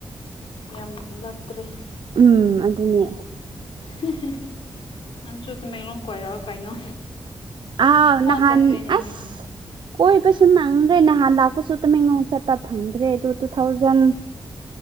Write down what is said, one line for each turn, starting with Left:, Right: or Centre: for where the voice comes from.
Left: ꯌꯥꯝ ꯂꯥꯞꯇ꯭ꯔꯦ
Right: ꯑꯝ ꯑꯗꯨꯅꯦ
Left: ꯍꯤ ꯍꯤ ꯅꯪꯁꯨ ꯇꯥꯃꯦꯡꯂꯣꯡ ꯀꯣꯏꯔꯛꯎ ꯀꯩꯅꯣ
Right: ꯑꯥ ꯅꯥꯍꯟ
Left: ꯆꯠꯈ꯭ꯔꯦꯅꯦ
Right: ꯑꯁ
Left: ꯅꯪꯁꯦ
Right: ꯀꯣꯏꯕꯁꯨ ꯅꯪꯗ꯭ꯔꯦ ꯅꯥꯍꯟ ꯂꯥꯛꯄꯁꯨ ꯇꯥꯃꯦꯡꯂꯣꯡ ꯆꯠꯄ ꯐꯪꯗ꯭ꯔꯦ ꯑꯗꯨ ꯇꯨꯊꯥꯎꯖꯟ